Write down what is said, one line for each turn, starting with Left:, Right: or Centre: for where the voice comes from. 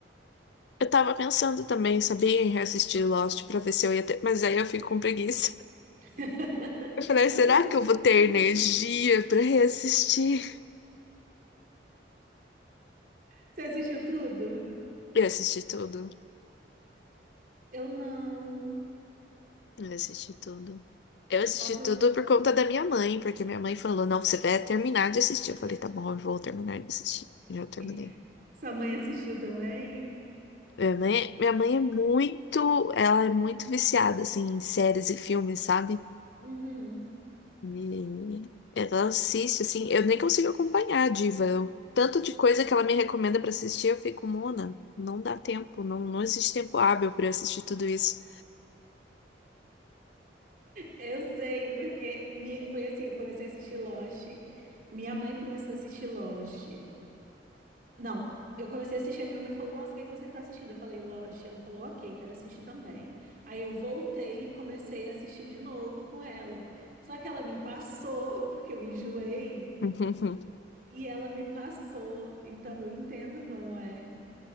Left: Eu tava pensando também, sabia, em reassistir Lost pra ver se eu ia ter. Mas aí eu fico com preguiça.
Right: <laughs>
Left: Eu falei,
Right: Você
Left: será
Right: assistiu
Left: que eu vou
Right: tudo?
Left: ter energia pra reassistir?
Right: Você assistiu tudo?
Left: Eu assisti tudo.
Right: Eu não.
Left: Eu assisti tudo. Eu assisti
Right: Faltou
Left: tudo
Right: um pouco.
Left: por conta da minha mãe, porque minha mãe falou, não, você vai terminar de assistir. Eu falei, tá bom, eu vou terminar de assistir. E Eu terminei.
Right: <laughs> Sua mãe assistiu também?
Left: Minha mãe, minha mãe é muito, ela é muito viciada, assim, em séries e filmes, sabe?
Right: Uhum.
Left: E ela assiste, assim, eu nem consigo acompanhar a diva. Eu- tanto de coisa que ela me recomenda pra assistir, eu fico, Mona, não dá tempo, não, não existe tempo hábil pra eu assistir tudo isso.
Right: Eu sei, porque mi- foi assim, eu comecei a assistir Lost, minha mãe começou a assistir Lost. Não, eu comecei a assistir, a minha mãe falou, nossa, o que é que você tá assistindo? Eu falei, Lost. Ela falou, ok, quero assistir também. Aí eu voltei e comecei a assistir de novo com ela. Só que ela me passou, porque eu enjoei,
Left: <laughs>
Right: e ela me passou. Então eu entendo como é.